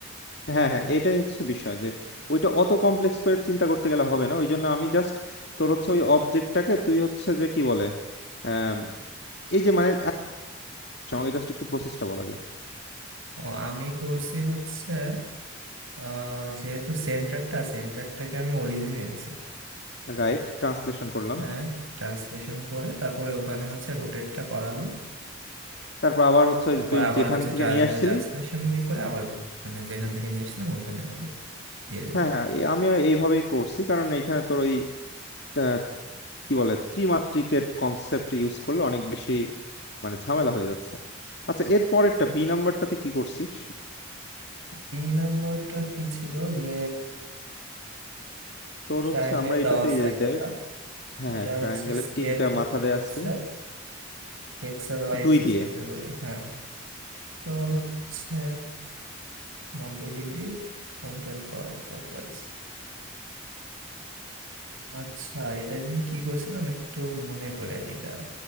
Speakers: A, on the left; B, on the right.
A: হ্যাঁ হ্যাঁ এটাই হচ্ছে বিষয় যে ওইটা অত কমপ্লেক্স করে চিন্তা করতে গেলে হবে না ওই জন্য আমি জাস্ট তোর হচ্ছে ওই অবজেক্টটাকে তুই হচ্ছে যে কি বলে আহ এই যে মানে আচ্ছা, আমাকে জাস্ট একটু প্রসেসটা বল আগে
B: ও আমি করছি হচ্ছে আহ, যেহেতু সেন্টারটা সেন্টারটাকে আমি অরিজিনে নিছি
A: রাইট ট্রান্সলেশন করলাম
B: হ্যাঁ ট্রান্সলেশন করে তারপরে ওখানে হচ্ছে রোটেটটা করালাম
A: তারপর আবার হচ্ছে
B: তারপর
A: ওই যে তুই
B: আবার
A: যেখান
B: হচ্ছে
A: থেকে নিয়ে আসছিলি
B: ট্রান্সলেশন করে আবার মানে যেখান থেকে নিয়ে আসলাম ওইখানে আবার নিয়ে দিয়ে দিলাম
A: হ্যাঁ হ্যাঁ এ- আমি এইভাবেই করছি কারণ এইখানে তোর ওই আহ, কি বলে ত্রিমাত্রিকের কনসেপ্ট ইউজ করলে অনেক বেশি মানে ঝামেলা হয়ে যাচ্ছে আচ্ছা এর পরেরটা বি নাম্বারটাতে কি করছিস
B: তিন নাম্বারটা কি ছিল যে
A: তোর
B: ট্রায়াঙ্গেল
A: হচ্ছে আমরা এটাতে
B: দেওয়া আছে
A: এই যে
B: একটা
A: দেখ হ্যাঁ
B: যেটা
A: হ্যাঁ ট্রায়াঙ্গেলের
B: হচ্ছে স্কেল
A: তিনটা
B: করতে
A: মাথা দেয়া
B: বলছে
A: আছে
B: এক্স আর ওয়াই
A: দুই
B: এক্সিস
A: দিয়ে
B: বলি হ্যাঁ তো হচ্ছে নব্বই ডিগ্রি কাউন্টার ক্লকওয়াইজ আচ্ছা এটা তিনি কি করছিলাম একটু মনে করে নেই দাঁড়া